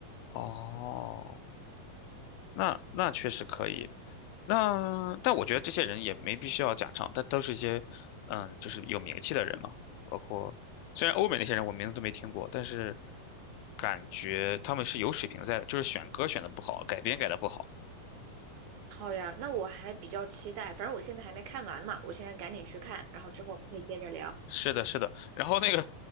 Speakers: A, on the left; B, on the right.
A: 哦，那那确实可以。那但我觉得这些人也没必须要假唱，但都是一些，嗯，就是有名气的人嘛。包括虽然欧美那些人我名字都没听过，但是感觉他们是有水平在的，就是选歌选的不好，改编改的不好。
B: 好呀，那我还比较期待，反正我现在还没看完嘛，我现在赶紧去看，然后之后我们可以接着聊。
A: 是的，是的。然后那个